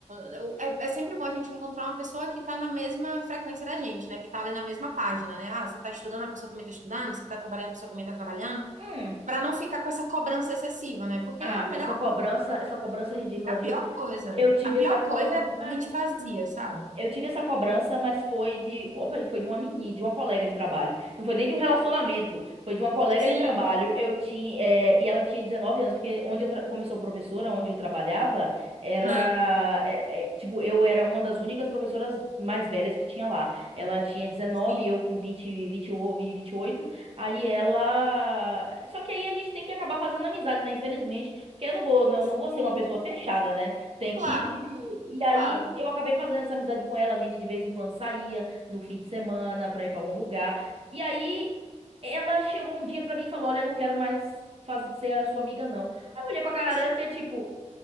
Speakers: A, on the right; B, on the right.
A: não- é, é sempre bom a gente encontrar uma pessoa que tá na mesma frequência da gente, né? Que tá ali na mesma página, né? Ah, você tá estudando, a pessoa também tá estudando, você tá trabalhando, a pessoa também tá trabalhando,
B: Hum.
A: pra não ficar com essa cobrança excessiva, né? Porque
B: Ah,
A: é a melhor,
B: essa cobrança, essa cobrança é ridícula,
A: a pior
B: viu?
A: coisa,
B: Eu tive
A: a pior
B: essa cobrança.
A: coisa é a mente vazia, sabe?
B: Eu tive essa cobrança, mas foi de, opa, foi de uma menina, de uma colega de trabalho. Não foi nem de um relacionamento, foi de uma colega
A: Sim,
B: de trabalho. Eu tinha, eh, e ela tinha 19 anos, porque onde eu tra- começou professora, onde eu trabalhava, era,
A: hã,
B: é- é, tipo, eu era uma das únicas professoras mais velhas que tinha lá. Ela tinha 19
A: sim,
B: e eu com 20, vinte e vinte e oito. Aí ela, só que aí a gente tem que acabar fazendo amizade, né? Infelizmente, porque eu não vou, não, não
A: sim,
B: vou ser uma pessoa fechada, né? Tem
A: claro,
B: que. E
A: claro.
B: aí eu acabei fazendo essa amizade com ela. A gente de vez em quando saía no fim de semana pra ir pra algum lugar. E aí ela chegou um dia pra mim e falou: Olha, eu não quero mais faz- ser a sua amiga, não. Aí eu olhei pra cara
A: Poxa,
B: dela e
A: o
B: fiquei tipo.